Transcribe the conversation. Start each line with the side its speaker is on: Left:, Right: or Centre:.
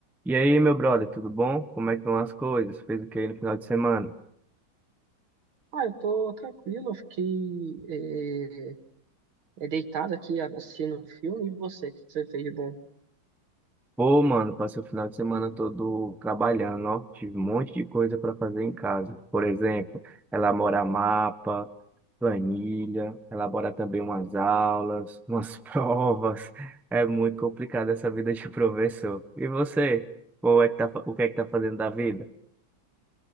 Centre: E aí, meu brother, tudo bom? Como é que vão as coisas? Fez o que aí no final de semana?
Right: Ah, eu tô tranquilo, eu fiquei eh, eh, deitado aqui assistindo um filme. E você, o que que você fez de bom?
Centre: Pô, mano, passei o final de semana todo trabalhando, ó. Tive um monte de coisa para fazer em casa. Por exemplo, elaborar mapa, planilha, elaborar também umas aulas, umas <laughs> provas. É muito complicado essa vida de <laughs> professor. E você? Qual é que tá, fa- o que é que tá fazendo da vida?